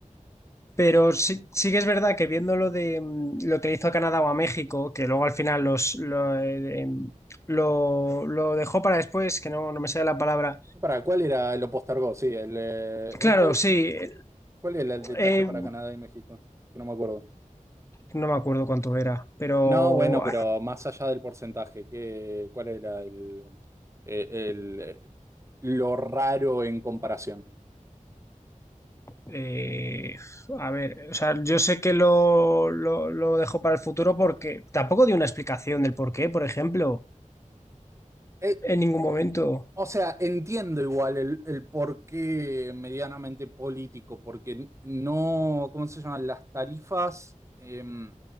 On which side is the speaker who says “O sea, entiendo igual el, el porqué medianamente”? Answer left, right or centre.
Right